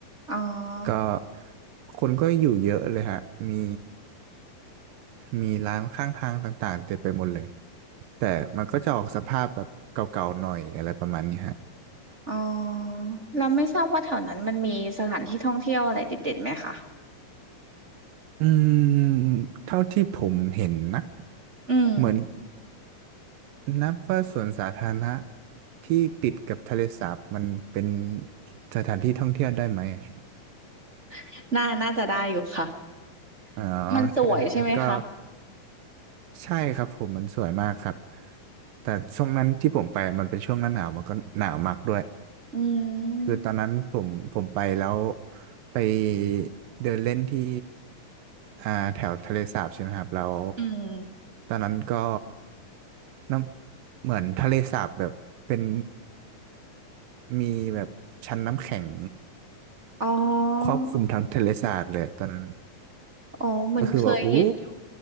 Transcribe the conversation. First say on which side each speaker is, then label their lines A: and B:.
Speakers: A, on the right; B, on the right.
A: อ๋อ
B: ก็คนก็อยู่เยอะเลยฮะมีมีร้านข้างทางต่างๆเต็มไปหมดเลยแต่มันก็จะออกสภาพแบบเก่าๆหน่อยอะไรประมาณนี้ฮะ
A: อ๋อแล้วไม่ทราบว่าแถวนั้นมันมีสถานที่ท่องเที่ยวอะไรเด็ดๆไหมคะ
B: อืมเท่าที่ผมเห็นนะ
A: อืม
B: เหมือนนับว่าสวนสาธารณะที่ติดกับทะเลสาบมันเป็นสถานที่ท่องเที่ยวได้ไหมอะ <laughs>
A: <laughs> น่าน่าจะได้อยู่ค่ะ
B: อ๋อ
A: มันสวยใช่ไหมคะ
B: ถ้างั้นก็ ใช่ครับผมมันสวยมากครับแต่ช่วงนั้นที่ผมไปมันเป็นช่วงหน้าหนาวมันก็หนาวมากด้วย
A: อืม
B: คือตอนนั้นผมผมไปแล้วไปเดินเล่นที่อ่าแถวทะเลสาบใช่ไหมครับแล้ว
A: อืม
B: ตอนนั้นก็น้ำเหมือนทะเลสาบแบบเป็นมีแบบชั้นน้ำแข็ง
A: อ๋อ
B: ครอบคลุมทั้งทะเลสาบเลยตอนนั้น
A: อ๋อเหมือนเคยเห็นอยู่
B: ก็คือว่าอู้